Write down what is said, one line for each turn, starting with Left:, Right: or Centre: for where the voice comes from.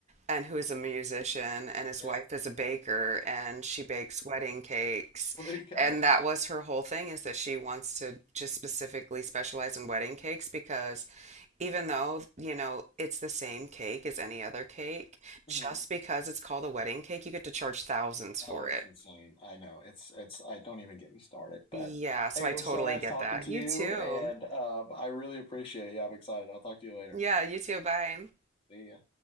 Right: and who is a musician and his
Left: yeah,
Right: wife is a baker and she bakes wedding cakes.
Left: <laughs> well, there you go.
Right: And that was her whole thing is that she wants to just specifically specialize in wedding cakes because even though, you know, it's the same cake as any other cake,
Left: Mhm.
Right: just because it's called a wedding cake, you get to charge thousands
Left: Oh,
Right: for
Left: it's
Right: it.
Left: insane. I know. It's it's I don't even get me started. But
Right: Yeah, so
Left: hey,
Right: I
Left: it
Right: totally
Left: was so nice
Right: get
Left: talking
Right: that.
Left: to
Right: You
Left: you
Right: too.
Left: and um, I really appreciate it. Yeah, I'm excited. I'll talk to you later.
Right: Yeah, you too. Bye.
Left: See ya.